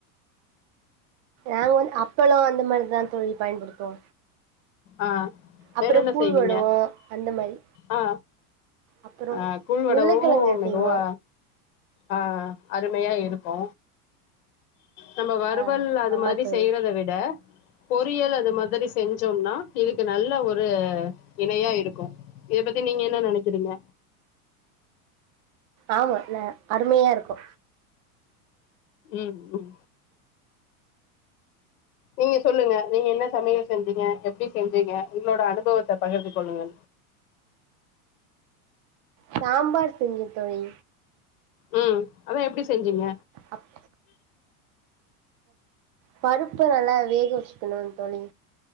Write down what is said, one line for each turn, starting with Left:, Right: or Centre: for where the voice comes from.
Right: ஏங்க வந் அப்பளோ அந்த மாரிதா தோழி பயன்படுத்துவோ
Left: ஆ வேறென்ன
Right: அப்பறோ கூழ்
Left: செய்வீங்க
Right: வடவோ அந்த மாரி
Left: ஆ
Right: அப்பறோ
Left: அ கூழ் வடவு
Right: உருளக்கெழங்கு
Left: மெதுவா
Right: செய்வோ
Left: ஆ அருமையா இருக்கூ நம்ம வறுவல்
Right: ஆ
Left: அது
Right: ஆமா
Left: மாரி
Right: தோழி
Left: செய்யறத விட பொரியல் அது மாதிரி செஞ்சோம்னா இதுக்கு நல்ல ஒரு இணையா இருக்கூ இத பத்தி நீங்க என்ன நெனைக்கிறீங்க
Right: ஆமால அருமையா இருக்கூ
Left: ம் ம் நீங்க சொல்லுங்க நீங்க என்ன சமையல் செஞ்சீங்க எப்டி செஞ்சீங்க உங்களோட அனுபவத்த பகிர்ந்து கொள்ளுங்க
Right: சாம்பார் செஞ்ச தொழி
Left: ம் அதா எப்டி செஞ்சீங்க
Right: அப் பருப்ப நல்லா வேக வச்சுக்கணு தோழி